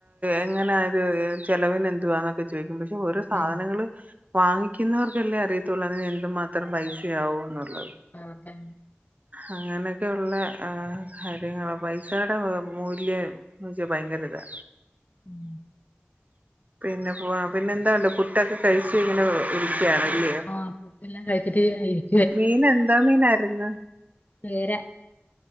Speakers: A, on the right (about 40°); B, on the left (about 40°).
A: എങ്ങനെയത് ചെലവിന് എന്തുവാന്നൊക്കെ ചോദിക്കുമക്ഷേ, പ ഓരോ സാധനങ്ങള്
B: ഉം
A: വാങ്ങിക്കുന്നവർക്കല്ലേ അറിയത്തുള്ളൂ അതിന് എന്തു മാത്രം പൈ <unintelligible>
B: അതെ
A: അങ്ങനെ ഒക്കെയുള്ള ആഹ് കാര്യങ്ങ പൈസയുടെ മൂല്യം എന്ന് വച്ചാൽ ഭയങ്കര ഇതാ
B: ഉം
A: പിന്നെ പോ പിന്നെ എന്താണ്ട് ഇട്ടൊക്കെ കഴിച്ചച്ച് ഇങ്ങനെ ഇരിക്കയാണല്ലേ
B: ആഹ് പുട്ടല്ലാം കഴിച്ചിട്ടി ഇര്
A: മീ നന്ദ മീന ന്ന
B: വേരാ